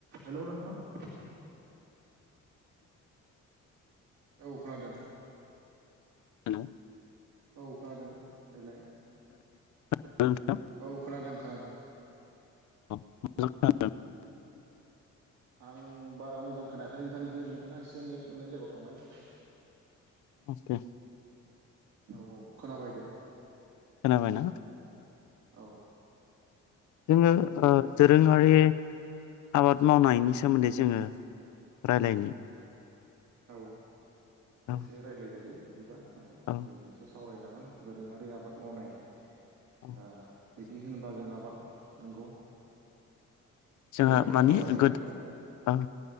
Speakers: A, on the right; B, on the left.
A: Hello नोंथां । औ खोनादों
B: हेलौ
A: औ खोनादों देलाय
B: खोनादोंना नोंथां
A: औ खोनादों खोना दों
B: <unintelligible>
A: आं बारा मोजां खोनायाखै नोंथांनिखौ नोंथाङा एसे नेट मोननाय जायगायाव थांलाय ।
B: अके
A: औ औ खोनाबाय दे
B: खोनाबायना?
A: औ
B: जोङो ओ दोरोङारि आबाद मावनायनि सोमोन्दै जोङो रायलायनि
A: औ गोसो
B: औ
A: रायलाय जायो। बिदिबा ओ
B: औ
A: जों एसे सावरायजागोन दोरोङारि आबाद मावनाय। ओ
B: औ
A: बिदि होनोबा जों आबाद नंगौ
B: जोंहा
A: दे नोंथाङा
B: मानि
A: फोरमायदो
B: गोद
A: बिदिब्ला
B: ओं